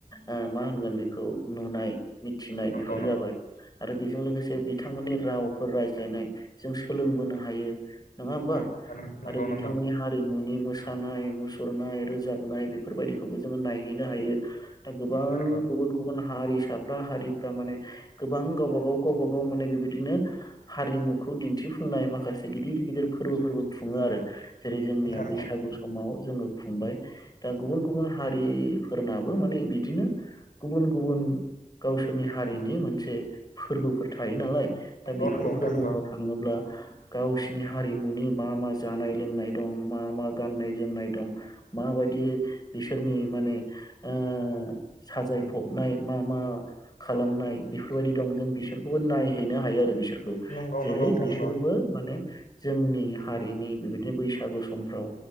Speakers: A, on the left; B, on the left.
A: ओ मा होनगोन बेखौ नुनाय मिथिनाय
B: नंगौ
A: बेफोरो जाबाय
B: नंगौ
A: आरो बेजों लोगोसे बिथांमोननि रावफोर रायज्लायनाय जों सोलोंबोनो हायो नङा होमबा
B: नंगौ नोंथां नंगौ
A: आरो बिथांमोननि
B: नंगौ
A: हारिमुनि मोसानाय मुसुरनाय रोजाबनाय बेफोर बायदिखौबो जोङो नायहैनो हायो। दा
B: नंगौ
A: गोबां
B: नोंथां
A: गुबुन गुबुन हारिसाफ्रा हारिफ्रा माने गोबां गावबा गाव गावबा गाव माने बेबायदिनो हारिमुखौ दिन्थिफुंनाय माखासे गिदिर गिदिर फोरबोफोरबो खुङो आरो जेरै जोंनिया
B: नंगौ
A: बैसागु समाव जोङो खुंबाय दा गुबुन गुबुन हारिफोरनाबो माने बिदिनो गुबुन गुबुन गावसोरनि हारिनि मोनसे फोरबोफोर थायो नालाय
B: नंगौ
A: दा बेफोर
B: नोंथां
A: फोरबोफोराव
B: नंगौ
A: थाङोब्ला गावसिनि हारिमुनि मा मा जानाय लोंनाय दं मा मा गाननाय जोमनाय दं माबायदि बिसोरनि माने ओ साजायफबनाय मा मा खालामनाय बेफोरबायदि दं जों बिसोरखौबो नायहैनो हायो आरो बिसोरखौ
B: नंगौ
A: जेरै
B: नंगौ नोंथां
A: बिसोरबो
B: नंगौ
A: माने जोंनि हारिनि बेबायदिनो बैसागु समफ्राव